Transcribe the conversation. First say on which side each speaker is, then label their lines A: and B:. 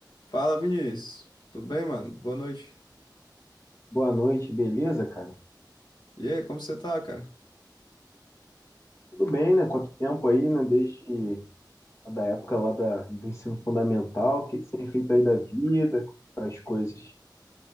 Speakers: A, on the left; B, on the left.
A: Fala, Vinícius. Tudo bem, mano? Boa noite.
B: Boa noite, beleza, cara?
A: E aí, como você tá, cara?
B: Tudo bem, né? Quanto tempo aí, né? Desde a da época lá da, do ensino fundamental, o que que você tem feito aí da vida, tá as coisas,